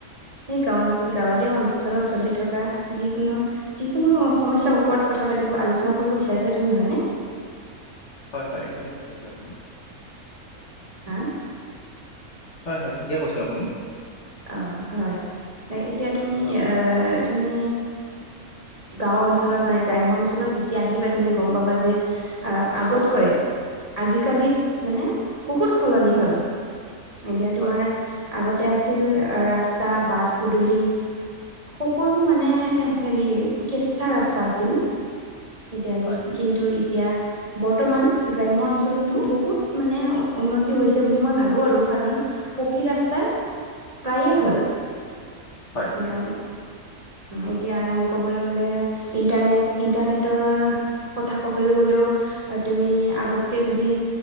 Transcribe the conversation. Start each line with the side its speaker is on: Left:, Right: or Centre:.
Right: সেই গাঁও গাঁৱলীয়া
Left: হয়
Right: অঞ্চলত চলি থকা যিকোনো যিকোনো সমস্যাৰ ওপৰত কথা পাতিব আলোচনা কৰিব বিচাৰিছা তুমি নহয়নে?
Left: হয় হয় একদম ঠিক কৈছে আপুনি
Right: হা
Left: হয় হয় ঠিকে কৈছে আপুনি
Right: অ হয় এতিয়া তুমি আহ তুমি গাঁও অঞ্চলত মানে গ্ৰাম্য অঞ্চলত যেতিয়া আহিবা তুমি গম পাবা যে আহ আগতকৈ আজিকালিত মানে বহুত সলনি হ'ল এতিয়া তোমাৰ
Left: হয়
Right: আগতে আ- ছিল ৰাস্তা বাট পদুলি সকলো মানে হেৰি কেঁচা ৰাস্তা আছিল, এতিয়া
Left: হয়
Right: যি কিন্তু এতিয়া বৰ্তমান গ্ৰাম্য অঞ্চলতো বহুত মানে উন্নতি হৈছে বুলি মই ভাবোঁ আৰু, কাৰণ পকী ৰাস্তাৰ প্ৰায়ে হ'ল।
Left: হয়।
Right: এয়াম এতিয়া আৰু ক'বলৈ গ'লে ইণ্টাৰনেট ইণ্টাৰনেটৰ কথা ক'বলৈ গ'লেও তুমি আগতকৈ যদি